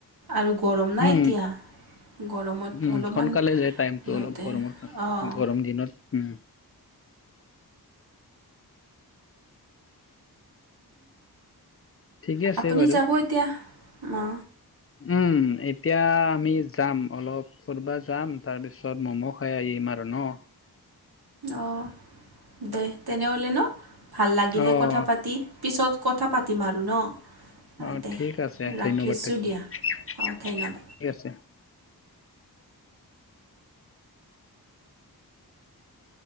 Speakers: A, on the right; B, on the left.
A: আৰু গৰম না
B: উম
A: এতিয়া। গৰমত
B: উম
A: অলপমান
B: সোনকালে যায় টাইমতটো
A: সিহঁতে
B: অলপ গৰমত,
A: অঁ
B: গৰম দিনত। উম। <inaudible> ঠিকে আছে
A: আপুনি
B: বাৰু
A: যাব এতিয়া? অ,
B: উম, এতিয়া আমি যাম অলপ ফুৰব যাম। তাৰপিছত ম'ম' খাই আহিম আৰু। ন,
A: অ, দে তেনেহ'লে ন ভাল লাগিলে
B: অ',
A: কথা পাতি পিছত কথা পাতিম আৰু ন?
B: অ,
A: দে
B: ঠিক আছে
A: ৰাখিছোঁ
B: ধন্যবাদ <unintelligible>
A: দিয়া অঁ ধন্যবাদ
B: ঠিক আছে।